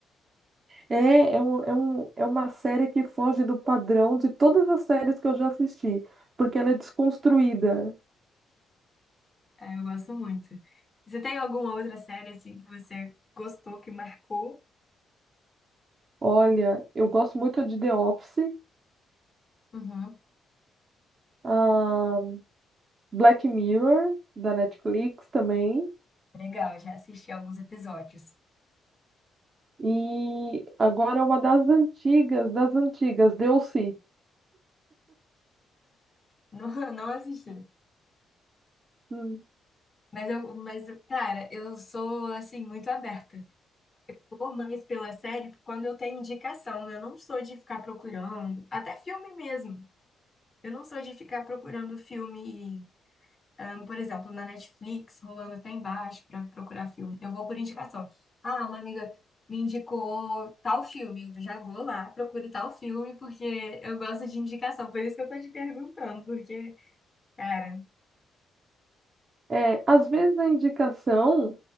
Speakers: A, on the right; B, on the left.
A: É, é, um, é, um, é uma série que foge do padrão de todas as séries que eu já assisti, porque ela é desconstruída.
B: É, eu gosto muito. Você tem alguma outra série assim que você gostou, que marcou?
A: Olha, eu gosto muito de The Office,
B: Uhum.
A: ah, Black Mirror, da Netflix também.
B: Legal, já assisti alguns episódios.
A: E agora é uma das antigas, das antigas, Deu-se.
B: Não, <laughs> não assisti.
A: Hum.
B: Mas eu, mas, cara, eu sou assim muito aberta. Ou mais pela série, quando eu tenho indicação, eu não sou de ficar procurando, até filme mesmo. Eu não sou de ficar procurando filme, ahn, por exemplo, na Netflix, rolando até embaixo para procurar filme. Eu vou por indicação. Ah, uma amiga me indicou tal filme, eu já vou lá, procuro tal filme porque eu gosto de indicação. Por isso que eu tô te perguntando, porque Cara,
A: É, às vezes a indicação